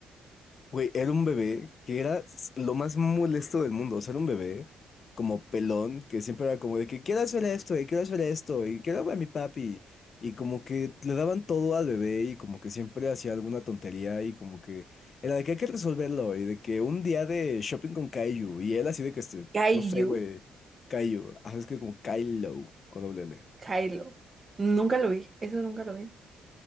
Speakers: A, on the left (about 45°); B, on the right (about 30°).
A: Güey, era un bebé que era s- lo más molesto del mundo. O sea, era un bebé como pelón que siempre era como de que quiero hacer esto y quiero hacer esto y quiero ver a mi papi. Y como que le daban todo al bebé y como que siempre hacía alguna tontería y como que era de que hay que resolverlo y de que un día de shopping con Kaiju y él así de que este,
B: Kaiju,
A: no sé, güey, Kaiju. Ah, es que como Kylo con doble L.
B: Kylo. Nunca lo vi, eso nunca lo vi.